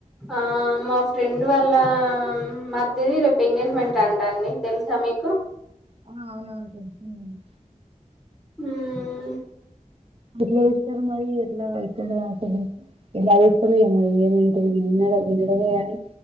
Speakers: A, in the centre; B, on the right.
A: ఆ మా ఫ్రెండు వాళ్ళ మరిదిది రేపు ఎంగేజ్మెంట్ అంటా అండి తెలుసా మీకు
B: ఆ అవునవును తెలిసిందండి
A: మ్మ్
B: ఎట్ల చేస్తరు మరి ఎట్లా ఏ తొందర అసలు ఎలా చేస్తారో ఏమో ఏమంటారు విన్నడమే కాని